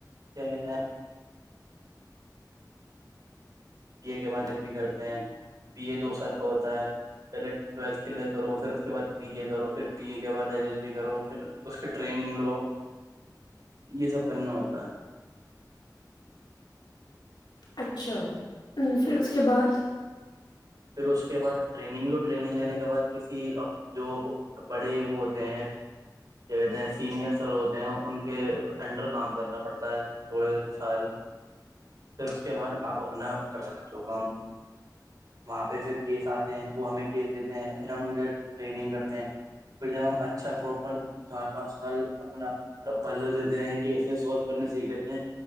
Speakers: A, on the right; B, on the left.
A: کیا کہتا ہے بی اے کے بادل بھی کرتے ہیں بی اے دو سال کا ہوتا ہے پہلے ٹیلتھ کلیئر کرو پھر اس کے بد بی اے کرو پھر بی ا کے بعد دلیل بھی کرو پھر اس کے ٹریننگ لو یہ سب کرنا ہوتا ہے
B: اچھا پھر
A: جی
B: اس کے بعد
A: پھر اس کے بعد ٹریننگ لو ٹریننگ لینے کے بعد کسی جو بڑے وہ ہوتے ہیں کیا کہتے ہیں سینئر سر ہوتے ہیں ان کے انڈر کام کرنا پڑتا ہے تھوڑے سال پھر اس کے بعد آپ اپنا کر سکتے ہو کام وہاں پہ پھر کیس آتے ہیں وہ ہمیں کیس دیتے ہیں پھر ہم ان کے ٹریننگ کرتے ہیں پھر جب ہم اچھا پروپر چار پانچ سال اپنا پہلے لیتے ہیں کیس سولو کرنے سیکھ لیتے ہیں